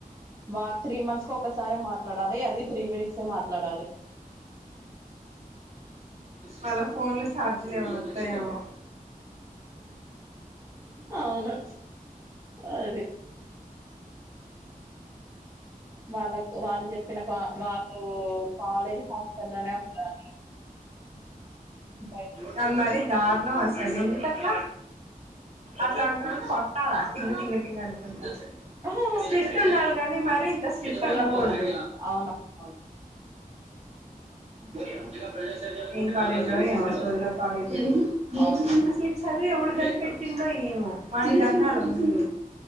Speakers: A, on the right (about 20°); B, on the right (about 45°).
A: వా త్రీ మంత్స్ కు ఒకసారే మాట్లాడాలి అది త్రీ మినిట్స్ ఏ మాట్లాడాలి
B: వాళ ఫోన్లు ఛార్జీలు ఏమనా వత్తయేమో
A: అవును అది వాళ్ళ కి వాళ్ళు చెప్పిన కా వాళ్ళు కాలేజ్ హాస్టల్లోనే ఉండాలి బయట
B: కానీ మరి దార్ ణం అసలు ఎందుకట్లా అట్లాంటో ట టింగ్ టింగ్ టింగ్ అనుకుంట
A: ఆహా
B: స్ట్రిక్ట్ ఉండాలి కాని మరి ఇంత స్ట్రిక్ట్ ఉండకూడదు
A: అంతగా అవును అవును
B: ఉం ఏం కాలేజో ఏమో సొదిలో కాలేజ్ అసలు
A: అవును
B: ఈ చదువు ఎవడు కని పెట్టిండో ఏమో వాన్నీ తన్నాల ముందు